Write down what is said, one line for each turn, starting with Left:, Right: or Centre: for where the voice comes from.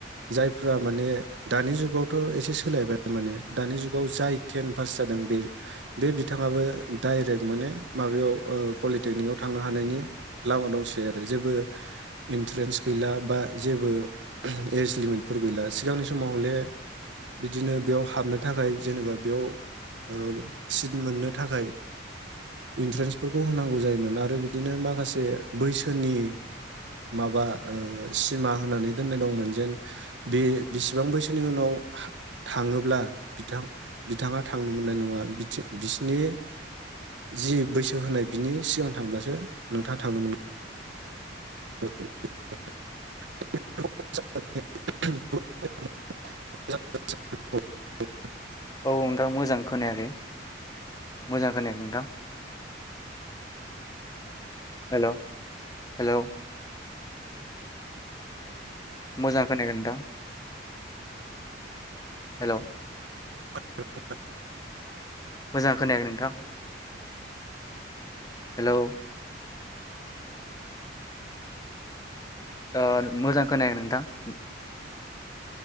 Right: जायफ्रा माने दानि जुगावथ' एसे सोलायबाय माने दानि जुगाव जाय टेन पास जादों बे बे बिथाङाबो डाइरेक्ट माने माबायाव ओ पलिटेकनिकाव थांनो हानायनि लामा दंसै आरो। जेबो इन्ट्रेनस गैला बा जेबो एज लिमिटफोर गैला सिगांनि समाव हले, बिदिनो बेयाव हाबनो थाखाय जेनेबा बेयाव ओ सिट मोननो थाखाय इन्ट्रेनसफोरखौ होनांगौ जायोमोन, आरो बिदिनो माखासे बैसोनि माबा ओ सिमा होनानै दोननाय दंमोन जेन, बे बिसेबां बैसोनि उनाव थाङोब्ला बिथां बिथाङा थांनो मोननाय नङा बिथि बिसिनि जि बैसो होनाय बिनि सिगां थांब्लासो नोंथाङा थांनो मोन। <inaudible> <inaudible>
Left: औ नोंथां मोजां खोनायाखै मोजां खोनायाखै नोंथां? हेलौ। हेलौ। मोजां खोनायाखै नोंथां। हेलौ।
Right: <inaudible>
Left: मोजां खोनायाखै नोंथां। हेलौ। ओ मोजां खोनायाखै नोंथां।